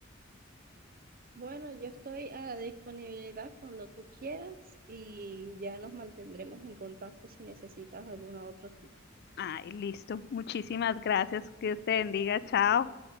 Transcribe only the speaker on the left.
Ay, listo. Muchísimas gracias. Dios te bendiga. Chao.